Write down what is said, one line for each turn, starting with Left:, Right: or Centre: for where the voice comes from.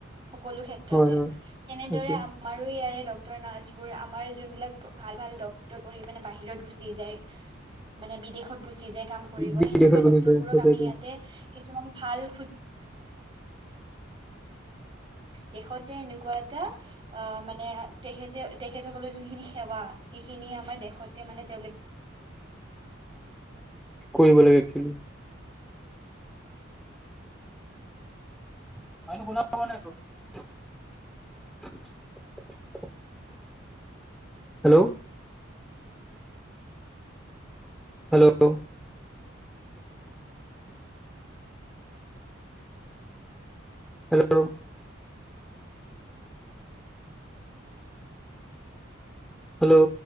Right: সকলো ক্ষেত্ৰতে
Centre: হয় হয়
Right: তেনেদৰে
Centre: সেইটোৱে
Right: আমাৰো ইয়াৰে নাৰ্চবোৰ আমাৰ যোনবিলাক ভাল ভাল ডক্তৰ পঢ়ি মানে বাহিৰত গৈছে। যাই মানে বিদেশত গুশিজাই যাই কাম কৰিব
Centre: বিদেশৰ
Right: সেনেকুৱা
Centre: কথা
Right: ডক্তৰবোৰক
Centre: সঁচাকে
Right: আমি ইয়াতে কিছুমান ভাল দেশতে এনেকুৱা এটা আহ মানে তেখেতে তেখেতসকলৈ যোনখিনি সেৱা। সেইখিনি আমাৰ দেশতে মানে তেওঁলোকে
Centre: <inaudible> কৰিব লাগিব actually. <unintelligible> Hello hello hello hello